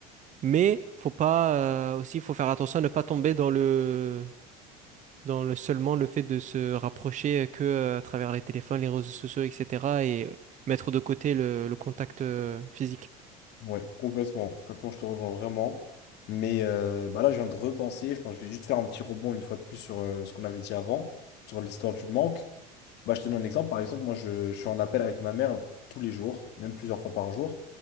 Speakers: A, on the right; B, on the left.
A: mais faut pas euh, aussi, faut faire attention à ne pas tomber dans le dans le seulement le fait de se rapprocher que euh, à travers les téléphones, les réseaux sociaux, etc. et mettre de côté le, le contact euh, physique.
B: Ouais, complètement. Complètement, je te rejoins vraiment. Mais euh, bah là, je viens de repenser. Je pense que je vais juste faire un petit rebond une fois de plus sur euh, ce qu'on avait dit avant, sur l'histoire du manque. Bah, je te donne un exemple. Par exemple, moi, je, je suis en appel avec ma mère tous les jours, même plusieurs fois par jour.